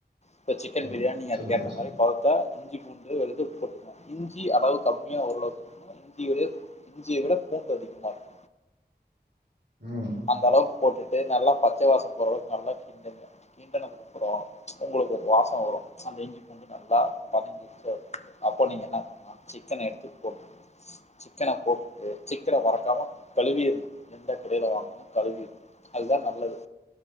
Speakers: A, on the left (about 40°); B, on the right (about 80°).
A: இப்போ சிக்கன்
B: ம்.
A: பிரியாணி
B: சொல்லுங்க
A: அதுக்கேத்த
B: சொல்
A: மாறி பௌத்தா இஞ்சி பூண்டு வெழுது உள்ள போட்டு ஆமா இஞ்சி அளவு கம்மியா ஓரளவுக்கு இருக்கனு இஞ்சிய விட இஞ்சிய விட பூண்டு அதிகமா இருக்கு
B: ம்
A: அந்தளவுக்கு போட்டுட்டு நல்லா பச்ச வாச போற அளவுக்கு நல்லா கிண்டுங்க கிண்டிணத்துக்கு அப்பறோ உங்களுக்கு ஒரு வாச வரு அந்த இஞ்சி பூண்டு நல்லா வந்தங்கிடுச்சு அப்ப நீங்க என்ன பண்ணலா சிக்கன எடுத்துட்டு போட் சிக்கன போட்டுட்டு சிக்கன மறக்காம கழுவிருணு எந்த கடையில வாங்க கழுவிருனு அதுதா நல்லது